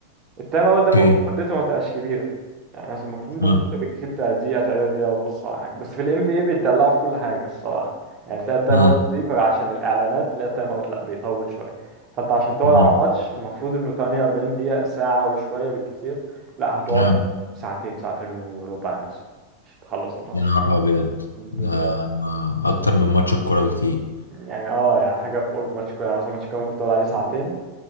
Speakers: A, on the right; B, on the left.
A: التايم اوت
B: اوكي
A: ده المفروض مدته ما تبقاش كبيره يعني مثلا المفروض مدته
B: امم
A: بالكتير بتاع دقيقه تقريبا دقيقه ونص ولا حاجه بس في الام بي اي بيتدلعوا في كل حاجه الصراحه يعني تلاقي التايم
B: امم
A: اوت دي عشان الاعلانات تلاقي التايم اوت لا بيطول شويه فانت عشان تقعد
B: امم
A: على ماتش المفروض انه 48 دقيقه ساعه وشويه بالكتير لا هتقعد
B: امم
A: لك ساعتين ساعتين وربع مثلا عشان تخلص الماتش
B: يا نهار ابيض
A: بالظبط
B: ده ما- اكتر من ماتش الكورة بكتير
A: يعني اه يعني حاجه في قرب ماتش كوره يعني مثلا ماتش كوره ممكن تقعد عليه ساعتين